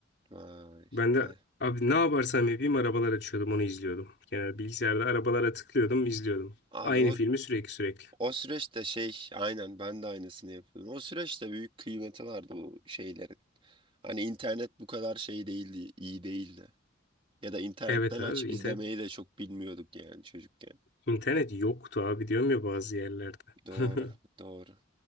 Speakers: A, on the right; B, on the left.
A: Vay,
B: Ben de
A: vay.
B: abi ne yaparsam yapayım arabalar açıyordum onu izliyordum. Genel bilgisayarda arabalara tıklıyordum izliyordum.
A: Abi
B: Aynı
A: o
B: filmi sürekli sürekli.
A: o süreçte şey aynen ben de aynısını yapıyordum. O süreçte büyük kıymeti vardı bu şeylerin. Hani internet bu kadar şey değildi, iyi değildi. Ya da internetten
B: Evet abi
A: açıp
B: internet
A: izlemeyi de çok bilmiyorduk yani çocukken.
B: İnternet yoktu abi diyorum ya bazı yerlerde.
A: Doğru,
B: <laughs>
A: doğru.